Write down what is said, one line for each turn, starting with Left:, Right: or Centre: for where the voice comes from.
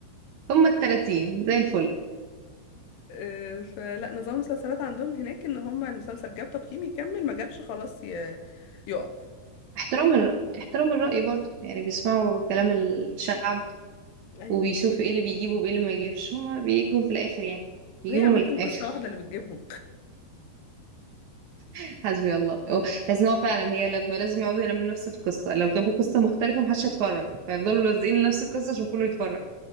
Right: هما التلاتين زي الفل
Left: آه، فلا نظام المسلسلات عندهم هناك ان هم المسلسل جاب تقييم يكمل ما جابش خلاص ي- يقف
Right: احترام ال... احترام الرأي برضو يعني بيسمعوا كلام الشعب
Left: ايوه
Right: وبيشوفوا ايه اللي بيجيبوا وايه اللي ما يجيبش هما بيجوا في الاخر يعني بيجيبوا
Left: هي عامه
Right: من الاخر
Left: قصه واحده اللي بتجيبهم
Right: <laughs> حسبي الله هو لازم هو فعلا هي لما لازم يقعدوا يعملوا نفس القصة لو جابوا قصة مختلفة محدش هيتفرج فيفضلوا لازقين لنفس القصة عشان كله يتفرج